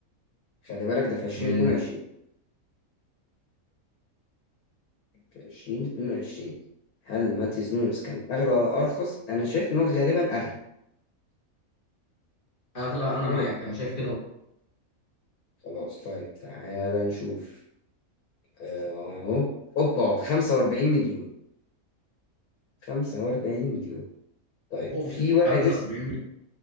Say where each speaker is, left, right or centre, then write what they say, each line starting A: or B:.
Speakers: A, on the left; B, on the left.
A: خلي بالك ده في 2022
B: من
A: في 2022 هل ماتيوس نونس كان أغلى ولا أرخص؟ أنا شايف إن هو غالبا أغلى
B: اغلى انا
A: غالبا
B: معاك انا شايف كده
A: خلاص طيب تعالى نشوف آه، أهو أوبا 45 مليون 45 مليون طيب
B: اوف
A: في واحد
B: 45
A: اسمه
B: مليون